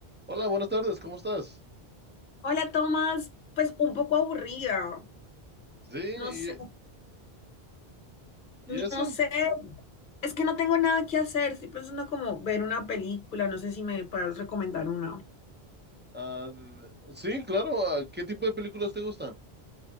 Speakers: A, on the right; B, on the left.
A: Hola, buenas tardes, ¿cómo estás?
B: Hola, Tomás. Pues un poco aburrida.
A: Sí,
B: No sé,
A: ¿y, y eso?
B: no sé. Es que no tengo nada que hacer. Estoy pensando como ver una película. No sé si me puedes recomendar una.
A: Ah, sí, claro, ah, ¿qué tipo de películas te gustan?